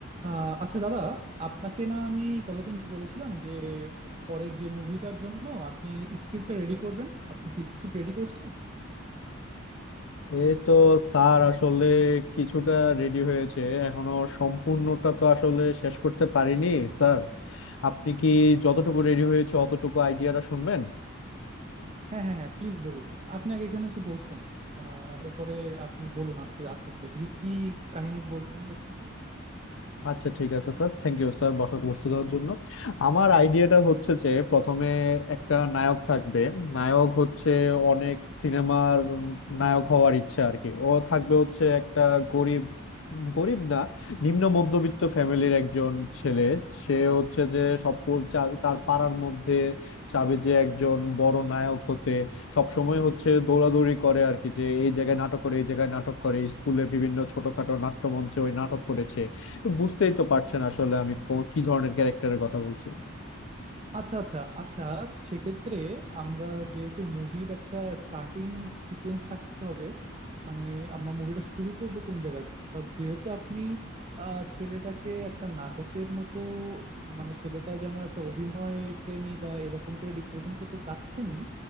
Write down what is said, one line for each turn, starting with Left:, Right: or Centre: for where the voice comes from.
Right: আহ, আচ্ছা দাদা আপনাকে না আমি কতদিন বলেছিলাম যে পরের যে মুভিটার জন্য আপনি স্ক্রিপ্টটা রেডি করবেন আপনি কি স্ক্রিপ্ট রেডি করছেন
Left: এই তো স্যার আসলে কিছুটা রেডি হয়েছে এখনো সম্পূর্ণটা তো আসলে শেষ করতে পারিনি স্যার আপনি কি যতটুকু রেডি হয়েছে অতটুকু আইডিয়াটা শুনবেন
Right: হ্যাঁ হ্যাঁ হ্যাঁ প্লিজ বলুন আপনি আগে এখানে এসে বসুন আহ, এরপরে আপনি বলুন আস্তে আস্তে ধীরে দেখি কি কাহিনী বলছেন দেখি
Left: আচ্ছা ঠিক আছে স্যার থ্যাংক ইউ স্যার বসাতে বসতে দেওয়ার জন্য আমার আইডিয়াটা হচ্ছে যে প্রথমে একটা নায়ক থাকবে নায়ক হচ্ছে অনেক সিনেমার নায়ক হওয়ার ইচ্ছা আর কি ও থাকবে হচ্ছে একটা গরিব গরিব না নিম্ন মধ্যবিত্ত ফ্যামিলির একজন ছেলে সে হচ্ছে যে সব প- চা- তার পাড়ার মধ্যে চাবে যে একজন বড় নায়ক হতে সবসময় হচ্ছে দৌড়াদৌড়ি করে আর কি যে এই জায়গায় নাটক করে এই জায়গায় নাটক করে স্কুলে বিভিন্ন ছোটখাটো নাট্যমঞ্চে ওই নাটক করেছে তো বুঝতেই তো পারছেন আসলে আমি কো- কি ধরনের ক্যারেক্টারের কথা বলছি
Right: আচ্ছা আচ্ছা আচ্ছা সেক্ষেত্রে আমরা যেহেতু মুভির একটা স্টার্টিং সিকোয়েন্স থাকতে হবে মানে আমরা মুভিটা শুরু করব কোন জায়গা দিয়ে তা যেহেতু আপনি আহ, ছেলেটাকে একটা নাটকের মতো মানে ছেলেটা যেন একটা অভিনয় প্রেমী বা এরকম করে রিপ্রেজেন্ট করতে চাচ্ছেনই